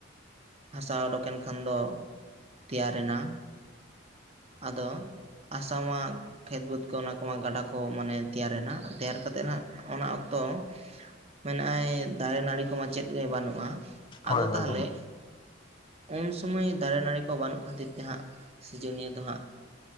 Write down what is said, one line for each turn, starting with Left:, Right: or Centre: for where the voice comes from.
Right: ᱦᱟᱥᱟ ᱩᱰᱩᱠᱮᱱ ᱠᱷᱟᱱ ᱫᱚ ᱛᱮᱭᱟᱨ ᱮᱱᱟ ᱟᱫᱚ ᱟᱥᱟᱢ ᱢᱟ ᱠᱷᱮᱛ ᱵᱟᱹᱫᱽ ᱠᱚ ᱚᱱᱟ ᱠᱚᱢᱟ ᱜᱟᱰᱟ ᱠᱚ ᱢᱟᱱᱮ ᱛᱮᱭᱟᱨᱮᱱᱟ ᱛᱮᱭᱟᱨ ᱠᱟᱛᱮᱫ ᱦᱟᱜ ᱚᱱᱟ ᱚᱠᱛᱚ ᱢᱮᱱᱟᱜ-ᱟ ᱫᱟᱨᱮ ᱱᱟᱹᱲᱤ ᱠᱚᱢᱟ ᱪᱮᱫ ᱜᱮ ᱵᱟᱹᱱᱩᱜ-ᱟ
Left: ᱦᱳᱭ ᱦᱳᱭ
Right: ᱛᱟᱦᱚᱞᱮ
Left: ᱜᱚᱝᱠᱮ
Right: ᱩᱱ ᱥᱚᱢᱚᱭ ᱫᱟᱨᱮ ᱱᱟᱹᱲᱤ ᱠᱚ ᱵᱟᱹᱱᱩᱜ ᱠᱷᱟᱹᱛᱤᱨ ᱛᱮ ᱦᱟᱜ ᱥᱤᱨᱡᱚᱱᱤᱭᱟᱹ ᱫᱚ ᱦᱟᱜ